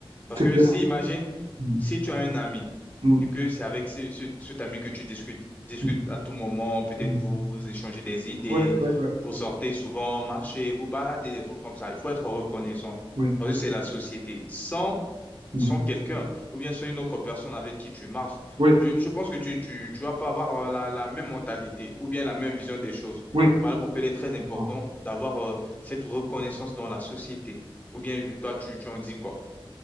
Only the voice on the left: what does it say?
Parce
que
si, imagine,
si tu as un ami
et que c'est avec ce- ce- cet ami que tu discutes, discutes
à tout moment, peut-être
vous, vous échangez des idées,
vous sortez souvent, marchez, vous baladez, des trucs comme ça. Il faut être reconnaissant.
Parce que c'est la société. Sans
sans quelqu'un ou bien sans une autre personne avec qui tu marches,
je, je pense que tu, tu, tu vas pas avoir euh, la, la même mentalité ou bien la même vision des choses.
Voilà pourquoi il est très important
d'avoir euh, cette reconnaissance dans la société. Ou bien euh, toi, tu, tu en dis quoi?